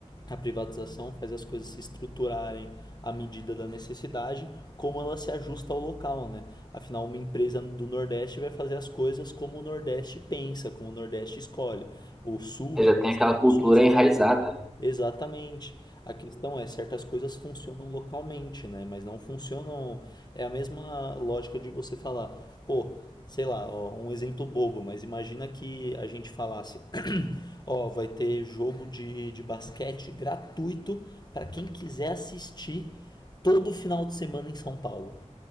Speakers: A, on the left; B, in the centre.
A: a privatização faz as coisas se estruturarem à medida da necessidade, como ela se ajusta ao local, né? Afinal, uma empresa do Nordeste vai fazer as coisas como o Nordeste pensa, como o Nordeste escolhe. O Sul
B: Você
A: vai
B: já
A: pensar
B: tem aquela
A: como
B: cultura
A: o Sul escolhe.
B: enraizada, né?
A: Exatamente. A questão é, certas coisas funcionam localmente, né? Mas não funcionam. É a mesma lógica de você falar, pô, sei lá, ó, um exemplo bobo, mas imagina que a gente falasse, <clears throat> ó, vai ter jogo de, de basquete gratuito para quem quiser assistir todo final de semana em São Paulo.